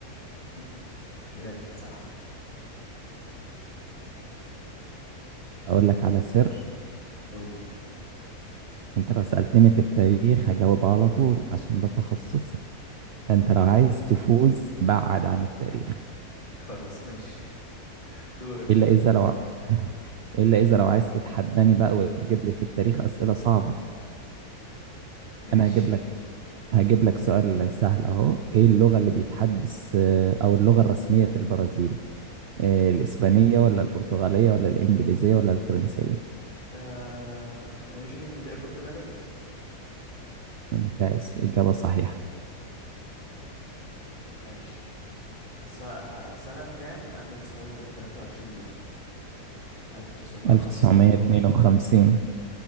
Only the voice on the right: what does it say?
اقول لك على سر
انت لو سألتني في التاريخ هجاوب على طول عشان ده تخصصي فانت لو عايز تفوز بعد عن التاريخ
الا
اذا لو <laughs> الا اذا لو عايز تتحداني بقى وتجيب لي في التاريخ اسئله صعبه
انا هجيب لك هجيب لك سؤال سهل اهو ايه اللغه اللي بيتحدث آه، او اللغه الرسميه في البرازيل آه، الاسبانيه ولا البرتغاليه ولا الانجليزيه ولا الفرنسيه
ممتاز اجابه صحيحه
1952